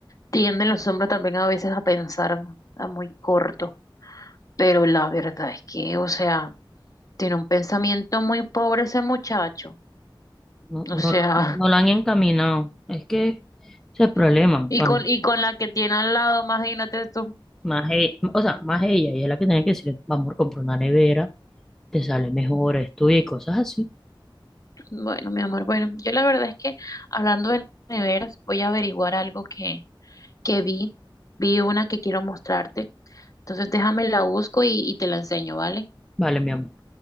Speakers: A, on the left; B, in the centre.
A: tienden los hombres también a veces a pensar a muy corto, pero la verdad es que, o sea, tiene un pensamiento muy pobre ese muchacho,
B: no,
A: o
B: no,
A: sea,
B: lo, no la han encaminado. Es que ese es el problema.
A: <laughs> y
B: Cuando
A: con, y con la que tiene al lado, imagínate tú,
B: más e- o sea, más ella, ella es la que tiene que decir, vamos, comprar una nevera, te sale mejor, estudia y cosas así.
A: bueno, mi amor, bueno, yo la verdad es que hablando de neveras, voy a averiguar algo que, que vi, vi una que quiero mostrarte. Entonces déjame la busco y, y te la enseño, ¿vale?
B: Vale, mi amor.